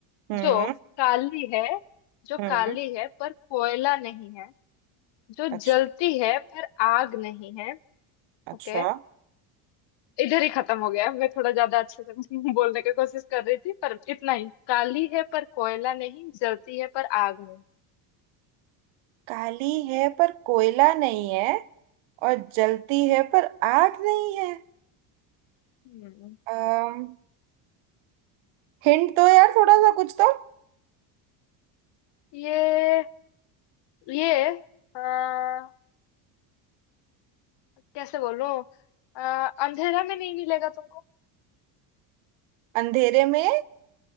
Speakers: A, on the right (about 70°); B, on the left (about 55°).
A: हम्म
B: जो काली है जो
A: हम्म
B: काली है पर कोयला नहीं है जो
A: अच्छा
B: जलती है पर आग नहीं है
A: अच्छा
B: ओके इधर ही खत्म हो गया मैं थोड़ा ज्यादा अच्छे से <laughs> बोलने की कोशिश कर रही थी पर इतना ही काली है पर कोयला नहीं जलती है पर आग नहीं
A: काली है पर कोयला नहीं है और जलती है पर आग नहीं है
B: हम्म,
A: अम हिंट दो यार थोड़ा सा कुछ तो
B: ये ये आ, कैसे बोलूं आ, अंधेरा में नहीं मिलेगा तुमको
A: अंधेरे में